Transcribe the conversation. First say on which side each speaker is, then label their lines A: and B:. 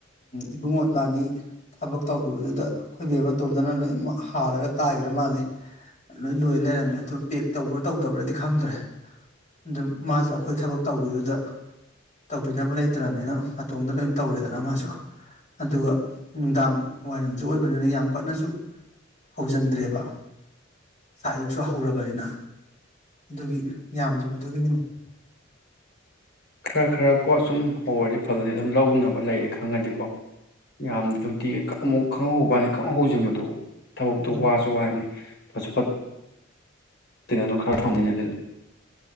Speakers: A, on the left; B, on the left.
A: ꯏꯕꯨꯡꯉꯣꯕꯥꯅꯤ ꯊꯕꯛ ꯇꯧꯈꯤꯕꯗꯨꯗ ꯑꯩꯈꯣꯏꯕꯤ ꯑꯃꯇꯣꯝꯗꯅ ꯂꯣꯏꯅꯃꯛ ꯍꯥꯜꯂꯒ ꯇꯥꯏꯈ꯭ꯔ ꯃꯥꯜꯂꯤ ꯂꯣꯏ ꯂꯣꯏ ꯂꯩꯔꯝꯃꯦ ꯑꯗꯨ ꯄꯦꯛ ꯇꯧꯕ꯭ꯔꯥ ꯇꯧꯗꯕ꯭ꯔꯗꯤ ꯈꯪꯗ꯭ꯔꯦ ꯑꯗꯨ ꯃꯥꯁꯨ ꯑꯩꯈꯣꯏ ꯊꯕꯛ ꯇꯧꯈꯤꯕꯗꯨꯗ ꯇꯧꯕꯤꯅꯕ ꯂꯩꯇ꯭ꯔꯕꯅꯤꯅ ꯃꯇꯣꯝꯇ ꯂꯣꯏꯅ ꯇꯧꯔꯦꯗꯅ ꯃꯥꯁꯨ ꯑꯗꯨꯒ ꯅꯨꯡꯗꯥꯡ ꯋꯥꯏꯔꯝꯁꯨ ꯑꯣꯏꯕꯅꯤꯅ ꯌꯥꯝ ꯀꯟꯅꯁꯨ ꯍꯧꯖꯤꯟꯗ꯭ꯔꯦꯕ ꯑꯥꯛ ꯑꯌꯨꯛꯁꯨ ꯍꯧꯔꯕꯅꯤꯅ ꯑꯗꯨꯒꯤ ꯌꯥꯝꯗꯕꯗꯨꯒꯤꯅꯤꯅ
B: ꯈꯔ ꯈꯔ ꯀꯣ ꯁꯨꯝ ꯍꯧꯔꯗꯤ ꯐꯖꯅꯤ ꯑꯗꯨꯝ ꯂꯧꯅꯕ ꯂꯩꯔꯦ ꯈꯪꯉꯗꯤꯀꯣ ꯌꯥꯝꯅ ꯑꯗꯨꯝꯇꯤ ꯑꯃꯨꯛ ꯈꯪꯍꯍꯧꯕ ꯈꯪꯍ ꯍꯧꯁꯤꯟꯕꯗꯨꯣ ꯊꯕꯛꯇꯨ
A: ꯎꯝ
B: ꯋꯥꯁꯨ ꯋꯥꯅꯤ ꯐꯠꯁꯨ ꯐꯠꯇꯠꯇꯅ ꯑꯗꯨꯝ ꯈꯔ ꯊꯝꯃꯤꯟꯅ ꯑꯗꯨꯗ